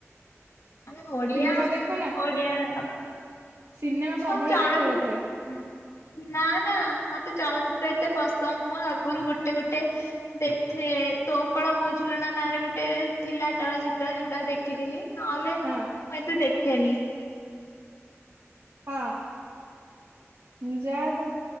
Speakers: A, on the left; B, on the right.
A: ଆମେ ଓଡିଆ,
B: ସିନେମା ଦେଖ ନା?
A: ଓଡିଆରେ କ
B: ସିନେମା ପ୍ରବଳ
A: ହଁ ଚଳଚିତ୍ର।
B: ଦେଖ ବୋଧେ
A: ନା ନା ମତେ ଚଳଚିତ୍ ତ ଏତେ ପସନ୍ଦ, ମୁଁ ଆଗରୁ ଗୋଟେ ଗୋଟେ ଦେଖେ। ତୋ କୋଳ ମୋ ଝୁଲନା ନାଁ ରେ ଗୋଟେ ଥିଲା ଚଳଚିତ୍ର। ଯୋଉଟା ଦେଖିଥିଲି। ନହେଲେ,
B: ହଁ
A: ମୁଁ ଏତେ ଦେଖେନି।
B: ହଁ। ମୁଁ ଯାହା